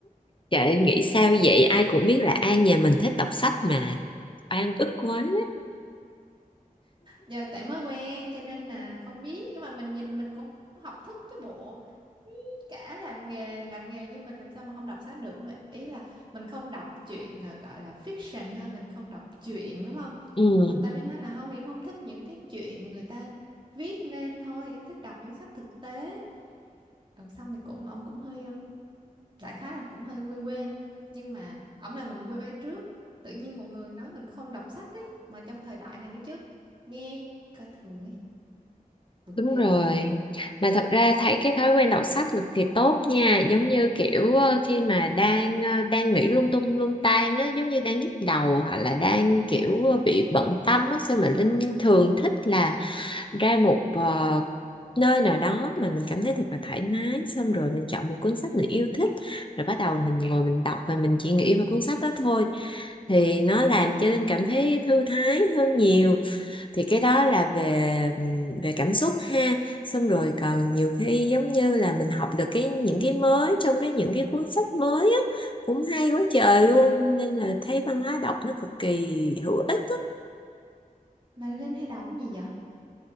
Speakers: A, on the left (about 35°); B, on the right (about 35°).
A: trời nghĩ sao vậy ai cũng biết là An nhà mình thích đọc sách mà An ức quá
B: giờ tại mới quen cho nên là không biết nhưng mà mình nhìn mình cũng học thức chứ bộ cả làm nghề làm nghề như mình làm sao mà không đọc sách được ý là mình không đọc truyện à, gọi là fiction thôi mình không đọc truyện đúng không
A: ừ,
B: không tao mới nói là không em không thích những cái chuyện người ta viết nên thôi em thích đọc những sách thực tế Ừ, xong thì cũng ông cũng hơi um, đại khái là cũng hơi quê quê nhưng mà ổng là mình quê trước tự nhiên một người nói mình không đọc sách ấy mà trong thời đại này nữa chứ nghe coi thường ấy bực
A: đúng
B: ghê
A: rồi
B: không
A: mà thật ra thấy cái thói quen đọc sách cực kỳ tốt nha giống như kiểu ờ, khi mà đang ờ, đang nghĩ lung tung lung tan á giống như đang nhức đầu hoặc là đang kiểu ờ, bị bận tâm á sao mà Linh thường thích là ra một ờ, nơi nào đó mà mình cảm thấy thật là thoải mái xong rồi mình chọn một cuốn sách mình yêu thích rồi bắt đầu mình ngồi mình đọc và mình chỉ nghĩ về cuốn sách đó thôi thì nó làm cho Linh cảm thấy thư thái hơn nhiều thì cái đó là về về cảm xúc ha xong rồi còn nhiều khi giống như là mình học được cái những cái mới trong cái những cái cuốn sách mới á cũng hay quá trời luôn nên là thấy văn hóa đọc nó cực kỳ hữu ích
B: mà Linh hay đọc cái gì vậy